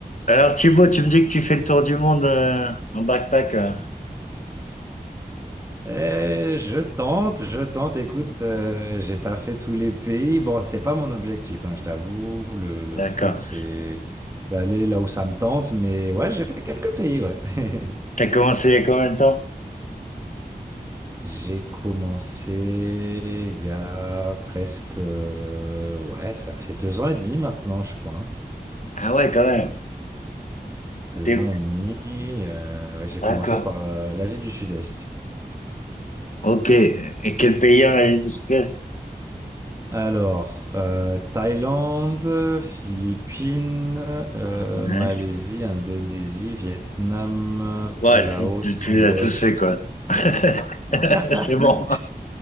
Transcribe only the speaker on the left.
Alors Thibaut, tu me dis que tu fais le tour du monde euh, en backpack. euh.
D'accord.
T'as commencé il y a combien de temps?
Ah ouais, quand même.
T'es-
D'accord.
Ok. Et quel pays en Asie du Sud-Est?
Ouais,
Ouais,
tu, tu,
tu les as tous fait quoi. <laughs>
C'est bon.